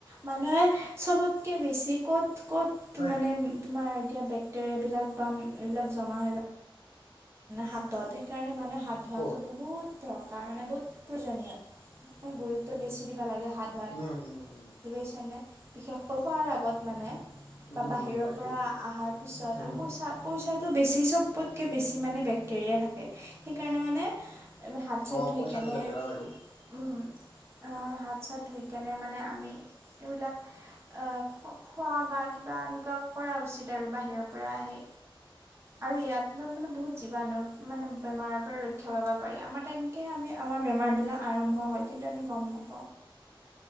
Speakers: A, on the right; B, on the left.
A: মানুহে চবতকে বেছি কত কত
B: হয়
A: মানে তোমাৰ এতিয়া বেক্টেৰিয়া বিলাক পাম এইবিলাক জমা হৈ যায় হাতত সেইকাৰণে মানুহে হাত ধোৱাটো
B: ক'ত
A: বহুত দৰকাৰ মানে বহুত প্ৰয়োজনীয় গুৰুত্ব বেছি দিবা লাগে হাত ভাত
B: উম উম উম
A: দিবিছে নে বিশেষ খোৱাৰ আগত মানে
B: উম
A: বা বাহিৰৰ
B: উম পাইছো
A: পৰা অহাৰ পিছত
B: উম
A: পইচা পইচা তো বেছি চবতকৈ বেছি মানে বেক্টেৰিয়া থাকে সেইকাৰণে মানে হাত চাত
B: অ
A: ধুই
B: পইচাটো
A: কেনে
B: লেতেৰা বাৰু
A: উম
B: <inaudible>
A: হাত চাত ধুই কেনে মানে আমি এইবিলাক আহ খোৱা বা কিবা এনেকুৱা কৰা উচিত আৰু বাহিৰৰ পৰা আহি
B: হয়
A: আৰু ইয়াত ম মানে বহুত জীৱণু মানে বেমাৰৰ পৰা ৰক্ষা খ পাব পাৰি আমাৰ তেনেকৈ আমি আমাৰ বেমাৰবিলাক আৰম্ভ হয় কিন্তু আমি গম নাপওঁ